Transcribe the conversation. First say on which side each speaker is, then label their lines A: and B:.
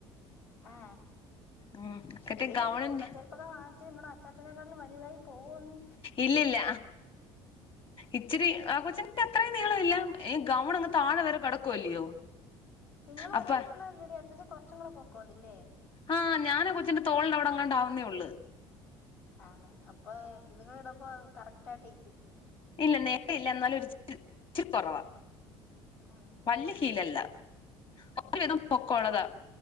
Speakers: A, on the left (about 75°); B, on the left (about 35°).
A: ആ
B: ഉം മറ്റേ
A: എടി
B: ഗൗണിന്റെ
A: പൊക്ക ചെരുപ്പൊക്കെ വാങ്ങിച്ചു നിങ്ങളടെ അച്ചച്ചനേക്കാട്ടും വലുതായി പോവാ നീ
B: ഇല്ലില്ല ഇച്ചിരി ആ കൊച്ചിന്റെ അത്രയും നീള ഇല്ല ഈ ഗൗൺ അങ്ങ് താഴെ വരെ കിടക്കുവല്ലയോ
A: നിങ്ങൾ
B: അപ്പ
A: ഒരേ നീള അല്ലേ ഡി അച്ചാച്ചൻ കുറച്ചു കൂടെ പൊ കൊണ്ടില്ലേ
B: ആ ഞാൻ കൊച്ചിന്റെ തോളിന്റെ അവിടെ അങ്ങാണ്ട ആാവുന്നേ ഉളള്
A: ആന്ന് അപ്പൊ ഇതങ്ങ ഉടുമ്പൊ കറക്റ്റ് ആയിട്ട ഇരിക്കും.
B: ഇല്ല നേര ഇല്ല എന്നാലും ഒരു ച്ചിൽ ഇച്ചിരി കുറവാ
A: ആന്ന്
B: വലിയ ഹിൽ അല്ല ഒരുവിധ പൊക്കള്ളതാ